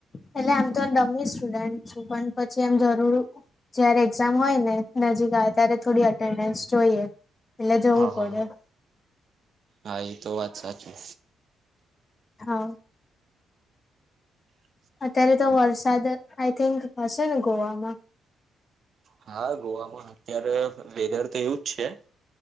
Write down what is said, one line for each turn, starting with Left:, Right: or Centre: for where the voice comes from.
Left: પેલા આમ તો ડમી સ્ટુડન્ટ છે પણ પછી એમ જરૂરી. જયારે એક્ઝામ હોય ને નજીક આવે ત્યારે થોડી અટેન્ડન્સ જોઈએ એટલે જવું
Right: હા
Left: પડે.
Right: હા હા હા એ તો વાત સાચી.
Left: હા.
Right: હ
Left: અત્યારે તો વરસાદ આઈ થિંક હશે ને ગોવાવામાં
Right: હા ગોવામાં અત્યારે વેધર તો એવુંજ છે.